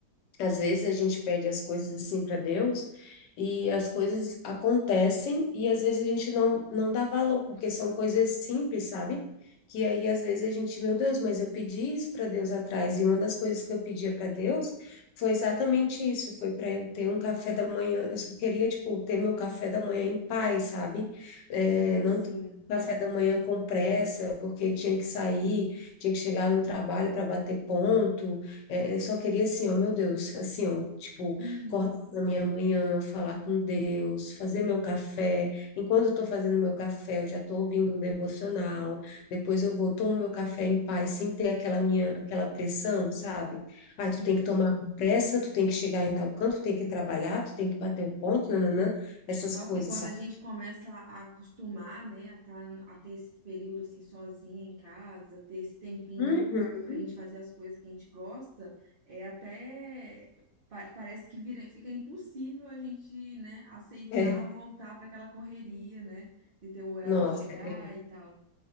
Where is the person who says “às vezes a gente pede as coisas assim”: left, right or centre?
Left